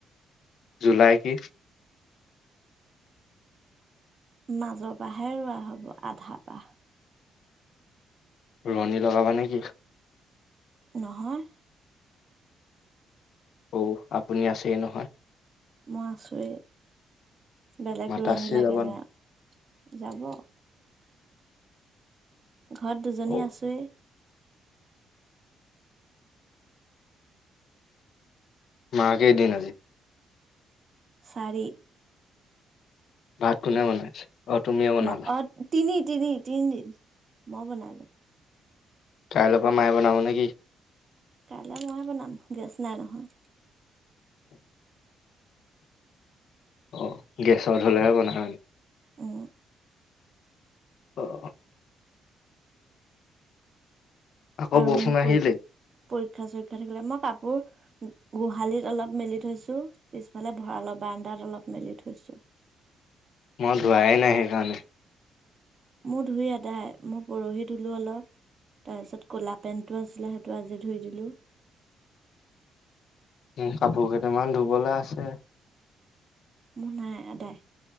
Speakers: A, on the left; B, on the right.
A: জুলাই কি?
B: মাজৰ পাহে ৰোৱা হ'ব, আধা‌ পা।
A: ৰোৱনি লগাবা নেকি?
B: নহয়।
A: অউ, আপুনি আছেই নহয়।
B: মই আছোৱে, বেলেগ
A: মাতাশ্ৰী
B: ৰোৱনী লাগে
A: যাবা
B: নে।
A: নাই?
B: যাব ঘৰত দুজনী
A: অ',
B: আছোৱেই
A: মাকেই দিন আজি
B: চাৰি
A: ভাত কোনে বনাইছে অ তুমিয়ে বনালা
B: ম অ তিনি তিনি তিনিদিন মই বনালো
A: কাইৰ পৰা মায়ে বনাব নেকি
B: কাইলৈ মইে বনাম গেছ নাই নহয়
A: অ গেছৰ হলেহে বন হয়
B: উ
A: আহ আকৌ
B: আৰু
A: বৰষুণ
B: মোৰ পৰি
A: আহিলেই
B: পৰীক্ষা চীক্ষা থাকিলে মই কাপোৰ গোহালিত অলপ মেলি থৈছো পিছফালে ভৰালব ব্দাত অলপ মেলি থৈছো
A: মই ধোৱাই নাই সেইকাৰণে
B: মোৰ ধুই আদাই মই পৰহি ধুলো অলপ তাৰপিছত কলা পেন্টটো আছিলে সেইটো আজি ধুই দিলো
A: উ কাপোৰ কেইটামান ধুবলৈ আছে
B: মনাইায়